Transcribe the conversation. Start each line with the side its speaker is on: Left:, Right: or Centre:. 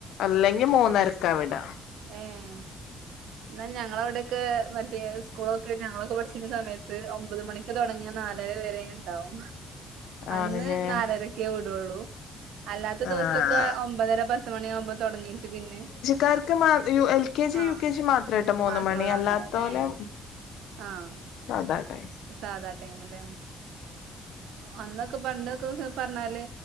Left: അല്ലെങ്കിൽ മൂന്നരക്കവിട
Right: ഉം എന്നാൽ ഞങ്ങള അവിടെൊക്കെ മറ്റേ സ്കൂളൊക്കെ ഞങ്ങളൊക്കെ പഠിച്ചിരുന്ന സമയത്ത് ഒമ്പത് മണി തുടങ്ങിയ നാലര വേര ഉണ്ടാവും അന്ന്
Left: ആണ്ല്ലേ
Right: നാലരക്കെ വിടുള്ളൂ അല്ലാത്ത
Left: ആഹ്
Right: ദിവസൊക്കെ ഒമ്പതര പത്തുമണിയാകുമ്പോ തുടങ്ങിട്ട് പിന്നെ
Left: കർക്ക് മാ U L K G
Right: ആഹ്
Left: U കെ ജി മാത്രട്ടോ മൂന്ന
Right: മാത്രൊള്ളൂ
Left: മണി അല്ലാത്തല
Right: അങ്ങനെ ഏഹ് ആഹ്
Left: സാധാട്ടെയിം
Right: സാധാ ടൈംല്ലേ അന്നൊക്കെ പണ്ടൊക്കെ പറഞ്ഞാല്